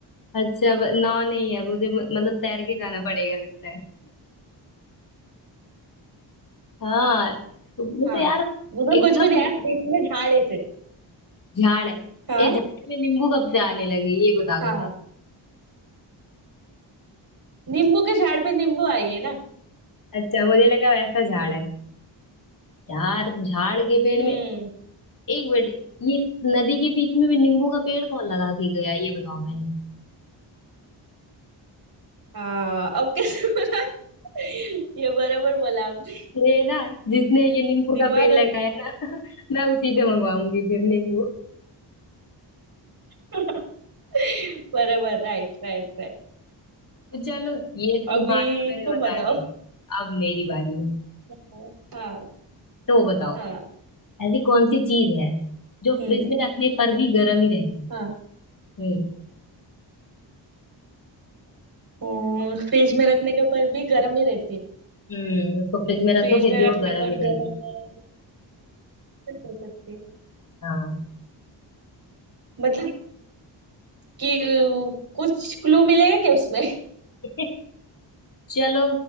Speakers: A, on the left; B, on the right.
A: अच्छा ब- नाव नहीं है मुझे म- मतलब तैर के जाना पड़ेगा लगता है हाँ तुमने
B: हाँ
A: तो यार
B: उधर
A: एकदम
B: कुछ भी नहीं है बीच में झाड़ है सिर्फ
A: झाड़ है
B: हाँ
A: ये झाड़ में नींबू कब से आने लगे ये बता
B: हाँ
A: दो पहले
B: नींबू के झाड़ पे नींबू आई है ना
A: अच्छा मुझे लगा वैसा झाड़ है यार झाड़ के पेड़
B: हम्म
A: में एक बेटी ये नदी के बीच में भी नींबू का पेड़ कौन लगा के गया ये बताओ पहले
B: हाँ अब कैसे बोला <laughs> ये बराबर बोला आपने
A: ये ना जिसने ये नींबू
B: दिमाग
A: का पेड़
B: लगा
A: लगाया ना <laughs> मैं उसी से मंगवाऊंगी फिर नींबू
B: <laughs> बराबर राइट राइट राइट
A: तो चलो ये तुम्हारा
B: अभी
A: मैंने
B: तुम
A: बता
B: बताओ
A: दिया अब मेरी बारी है
B: हाँ
A: तो बताओ
B: हाँ
A: ऐसी कौन सी चीज है जो
B: हम्म
A: फ्रिज में रखने पर भी गर्म ही रहती है
B: हाँ
A: हम्म
B: हम्म, फ्रिज में रखने के पर भी गर्म ही रहती है
A: हम्म, उसको फ्रिज में रख
B: फ्रिज
A: दो फिर
B: में
A: भी
B: रखने
A: वो गर्म
B: पर
A: ही रहेगी
B: गर्म हो सकती है
A: हाँ
B: मतलब कि कुछ क्लू मिलेगा क्या उसमें
A: <laughs> चलो